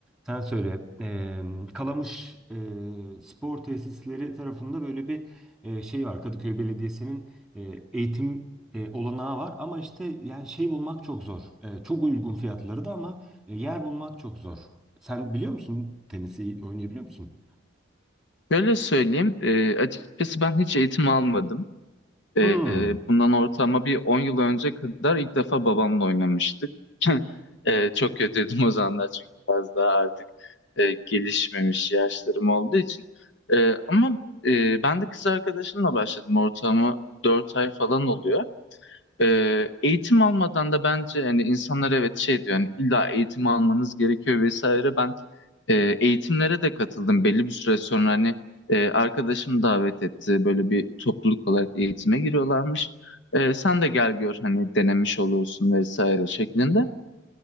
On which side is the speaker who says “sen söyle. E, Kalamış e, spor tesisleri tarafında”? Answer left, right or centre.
Centre